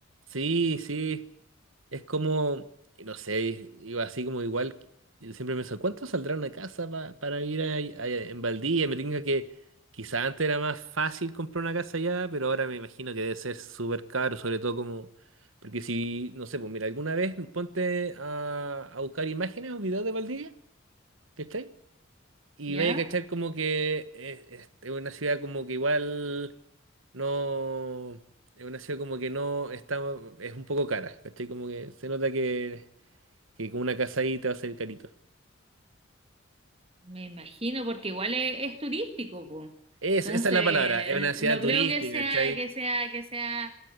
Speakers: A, on the right; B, on the right.
A: Sí, sí. Es como, no sé, iba así como igual, yo siempre me decía, ¿cuánto saldrá una casa pa- para ir a, a- en Valdivia? Me tenga que, quizás antes era más fácil comprar una casa allá, pero ahora me imagino que debe ser súper caro, sobre todo como, porque si, no sé, pues mira, alguna vez ponte a, a buscar imágenes o videos de Valdivia, ¿cachai? Y
B: ¿Ya?
A: vaya a cachar como que eh, es, es una ciudad como que igual no... Es una ciudad como que no está... Es un poco cara, ¿cachai? Como que se nota que, que con una casa ahí te va a salir carito.
B: Me imagino porque igual es, es turístico, po.
A: Es,
B: Entonces,
A: esa es la palabra, es una ciudad
B: no
A: turística,
B: creo que sea
A: ¿cachai?
B: que sea que sea